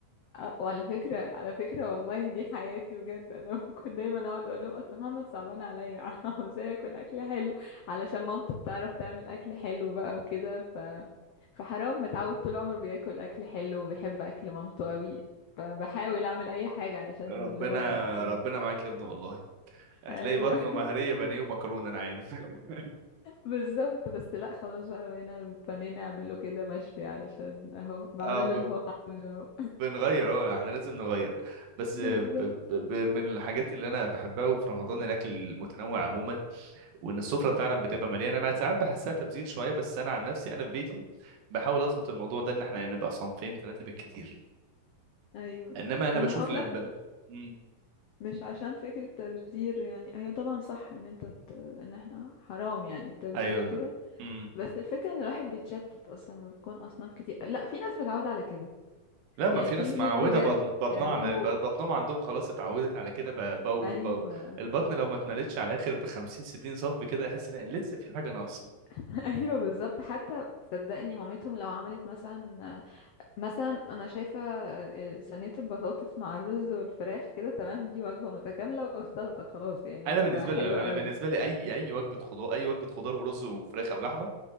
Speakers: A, on the left; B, on the right.
A: آه، وعلى فكرة على فكرة والله دي حياتي بجد انا <laughs> كنت دايما اقعد اقول لهم اصل محمد صعبان عليا <laughs> عاوزاه ياكل اكل حلو علشان مامته بتعرف تعمل اكل حلو بقى وكده ف فحرام متعود طول عمره بياكل اكل حلو وبيحب اكل مامته قوي فبحاول اعمل اي حاجة علشان
B: ربنا
A: اللي هو كده.
B: ربنا معاك يا ابني والله هتلاقي
A: ايوه
B: بطنه مهريه بانيه
A: <laughs>
B: ومكرونه انا عارف <laughs>
A: بالظبط بس لا خلاص بقى بقينا متفنين نعمله كده مشوي علشان اهو بعمله
B: اه ب-
A: اللي هو عاوزه اهو
B: بنغير اه احنا لازم نغير بس
A: <laughs>
B: ب
A: بالظبط
B: ب ب من الحاجات اللي انا بحبها وفي رمضان الاكل المتنوع عموما وان السفره فعلا بتبقى مليانه انا ساعات بحسها تبذير شويه بس انا عن نفسي انا في بيتي بحاول اظبط الموضوع ده ان احنا يعني نبقى صنفين ثلاثه بالكتير
A: ايوه
B: انما انا
A: انا
B: بشوف
A: هقول
B: ل...
A: لك
B: ب... مم.
A: مش عشان فكرة تبذير يعني هي طبعا صح ان انت ت... ان احنا حرام يعني التبذير
B: ايوه
A: وكده
B: ده. مم.
A: بس الفكرة ان الواحد بيتشتت اصلا ما بيكون اصناف كتير لا في ناس متعودة على كده
B: لا ما
A: يعني
B: في
A: في
B: ناس
A: بيوت
B: معودة
A: بجد
B: بطن بطنها
A: بيعملوا
B: على ب- بطنهم عندهم خلاص اتعودت على كده ب... بو...
A: ايوه
B: بو... البطن لو ما اتملتش على الاخر ب 50 60 سم كده يحس ان لسه في حاجة ناقصة
A: <laughs> ايوه بالظبط حتى صدقني مامتهم لو عملت مثلا مثلا انا شايفة صينية البطاطس مع الرز والفراخ كده تمام دي وجبة متكاملة والسلطة خلاص يعني
B: انا
A: وجبة
B: بالنسبة
A: حلوة
B: لي
A: قوي
B: انا بالنسبة لي اي اي وجبة خضار اي وجبة خضار ورز وفراخ او لحمة